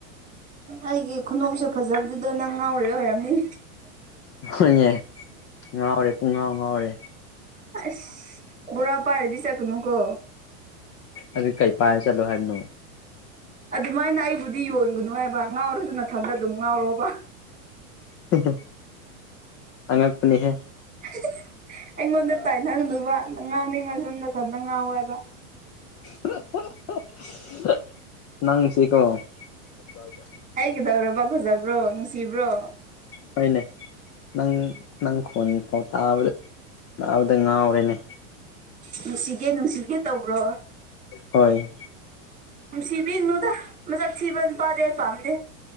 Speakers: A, on the right; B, on the left.
A: ꯑꯩꯒꯤ ꯈꯨꯅꯣꯛꯁꯦ ꯐꯖꯕꯗꯨꯗ ꯅꯪ ꯉꯥꯎꯔꯤ ꯑꯣꯏꯔꯝꯅꯤ
B: ꯍꯣꯏꯅꯦ ꯉꯥꯎꯔꯦ ꯄꯨꯡꯉꯥꯎ ꯉꯥꯎꯔꯦ
A: ꯑꯁ ꯕꯣꯔꯥ ꯄꯥꯏꯔꯗꯤ ꯆꯠꯀꯅꯨ ꯀꯣ
B: ꯑꯗꯨ ꯀꯩ ꯄꯥꯏꯔ ꯆꯠꯂꯣ ꯍꯥꯏꯕꯅꯣ
A: ꯑꯗꯨꯃꯥꯏꯅ ꯑꯩꯕꯨꯗꯤ ꯌꯣꯟꯒꯅꯨ ꯍꯥꯏꯕ ꯉꯥꯎꯔꯖꯨ ꯅꯊꯟꯗ ꯑꯗꯨꯝ ꯉꯥꯎꯔꯣꯕ
B: ꯍꯦ ꯍꯦ ꯑꯉꯛꯄꯅꯤꯍꯦ
A: ꯍ ꯍ ꯑꯩꯉꯣꯟꯗ ꯇꯥꯏꯅꯒꯅꯨꯕꯥ ꯉꯥꯎꯅꯤꯡꯉꯖꯨ ꯅꯊꯟꯗ ꯉꯥꯎ ꯍꯥꯏꯕ
B: ꯍ ꯍ ꯍ ꯅꯪꯁꯤꯀꯣ ꯀꯗꯥꯏꯗ
A: ꯑꯩ ꯀꯩꯗꯧꯔꯕ ꯐꯖꯕ꯭ꯔꯣ ꯅꯨꯡꯁꯤꯕ꯭ꯔꯣ
B: ꯍꯣꯏꯅꯦ ꯅꯪ ꯅꯪ ꯈꯣꯟ ꯐꯥꯎ ꯇꯥꯕꯗ ꯇꯥꯕꯗ ꯉꯥꯎꯔꯦꯅꯦ
A: ꯅꯨꯡꯁꯤꯒꯦ ꯅꯨꯡꯁꯤꯒꯦ ꯇꯧꯕ꯭ꯔꯣ
B: ꯍꯣꯏ
A: ꯅꯨꯡꯁꯤꯕꯤꯅꯨꯗꯥ ꯃꯁꯛ ꯊꯤꯕ ꯅꯨꯄꯥꯗꯤ ꯑꯩ ꯄꯥꯝꯗꯦ